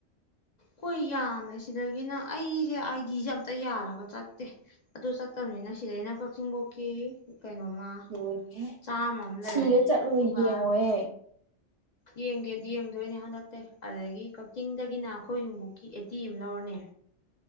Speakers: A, on the left; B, on the right.
A: ꯍꯣꯏ ꯌꯥꯝꯃꯦ ꯁꯤꯗꯒꯤꯅ ꯑꯩꯁꯦ ꯑꯥꯏ ꯗꯤꯁꯦ ꯑꯝꯇ ꯌꯥꯜꯂꯒ ꯆꯠꯇꯦ ꯑꯗꯨ ꯆꯠꯇꯝꯅꯤꯅ ꯁꯤꯗꯩꯅ ꯀꯛꯆꯤꯡ ꯕꯧꯀꯤ ꯀꯩꯅꯣꯃ
B: ꯂꯣꯏꯔꯦꯍꯦ
A: ꯆꯥꯝꯃ ꯑꯃ ꯂꯩꯔꯅꯤ
B: ꯁꯤꯔ ꯆꯠꯂꯨ
A: ꯑꯗꯨꯒ
B: ꯌꯦꯡꯉꯣꯍꯦ
A: ꯌꯦꯡꯒꯦꯗꯤ ꯌꯦꯡꯗꯣꯏꯅꯦ ꯍꯟꯗꯛꯇꯩ ꯑꯗꯒꯤ ꯀꯛꯆꯤꯡꯗꯒꯤꯅ ꯑꯩꯈꯣꯏ ꯌꯨꯝꯕꯨꯛꯀꯤ ꯑꯦꯠꯇꯤ ꯑꯃ ꯂꯧꯔꯅꯦ